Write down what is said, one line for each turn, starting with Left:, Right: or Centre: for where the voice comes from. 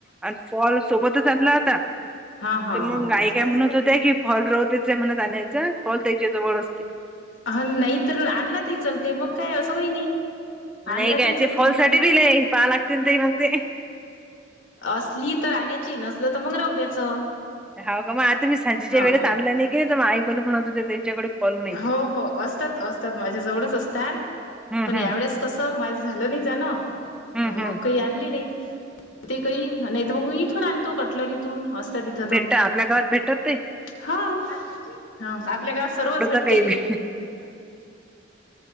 Centre: आणि फॉल सोबतच आणला होता,
Left: हा हा
Centre: तर मग
Left: हा
Centre: आई काय म्हणत होत्या की, फॉल रत त्यांच्या मनात आणायचं, फॉल त्याच्या जवळच
Left: हा नाही तर आणला तरी चालते, मग काय असं काही नाही. आणला
Centre: नाही काय
Left: तरी चालते
Centre: ते फॉलसाठी
Left: ना हा
Centre: दिलेय पहाय लागतील ते मग ते.
Left: असली तर आणायची, नसलं तर मग राहू द्याचं.
Centre: हाव का? मग आता मी सांजेच्या
Left: हा
Centre: वेळेस आणला नाही की, तर आई मला म्हणत होते त्यांच्याकडे फॉल नाहीये.
Left: हो हो असतात असतात माझ्या जवळच असत्यात.
Centre: हम्म
Left: पण
Centre: हम्म
Left: यावेेळेस कसं माझ झालं नाही जाणं
Centre: हम्म हम्म
Left: मग काही आणली नाहीत. ते काही नाही मग मी इथून आणतो कटलरीतून हॉस <unintelligible>
Centre: भेटत आपल्या गावात भेटत ते
Left: हा हा आपल्या गावात सर्वच भेट
Centre: मे बी